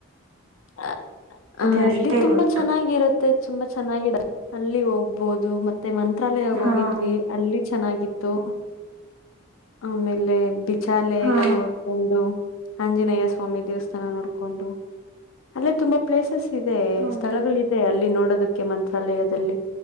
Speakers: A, on the left; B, on the right.
A: ಅ ಅಲ್ಲಿ
B: ಅದೇ ಅಷ್ಟೇ
A: ತುಂಬಾ
B: ಗೊತ್ತು
A: ಚೆನ್ನಾಗಿರುತ್ತೆ. ತುಂಬಾ ಚೆನ್ನ ಅಲ್ಲಿ ಹೋಗ್ಬೋುದು ಮ. ಮತ್ತೆ ಮಂತ್ರಾಲಯಗ
B: ಹಾ
A: ಹೋಗಿದ್ವಿ ಅಲ್ಲಿ ಚೆನ್ನಾಗಿತ್ತು. ಆಮೇಲೆ ಬಿಚಾಲೆ
B: ಹಾ
A: ಎಲ್ಲಾ ನೋಡ್. ಕೊಂಡು ಆಂಜನೇಯ ಸ್ವಾಮಿ ದೇವಸ್ಥಾನ ನೋಡ್ಕೊಂಡು ಅಲ್ಲೇ ತುಂಬಾ ಪ್ಲೇಸಸ್. ಇದೆ
B: ಹೌದಾ
A: ಸ್ಥಳಗಳ ಇದೆ ಅಲ್ಲಿ ನೋಡೋದಕ್ಕೆ ಮಂತ್ರಾಲಯದಲ್ಲಿ